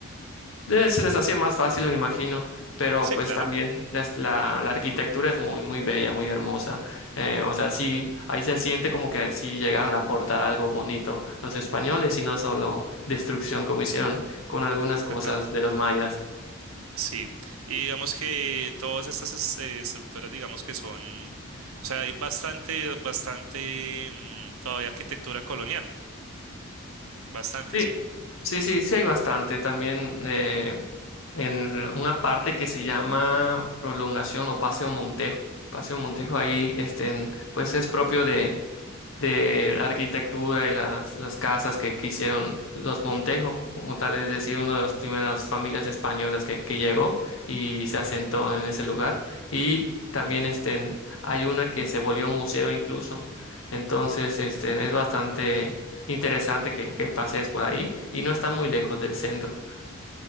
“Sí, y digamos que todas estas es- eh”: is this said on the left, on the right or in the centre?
Right